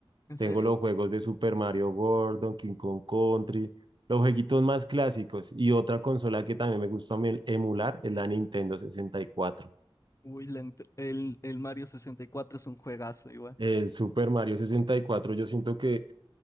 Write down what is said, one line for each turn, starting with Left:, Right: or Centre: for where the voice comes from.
Left: ¿En
Right: Tengo
Left: serio?
Right: los juegos de Super Mario World, Donkey Kong Country, los jueguitos más clásicos. Y otra consola que también me gusta a mí emular es la Nintendo sesenta y cuatro.
Left: Uy, la int- el, el Mario 64 es un juegazo igual.
Right: El Super Mario sesenta y cuatro yo siento que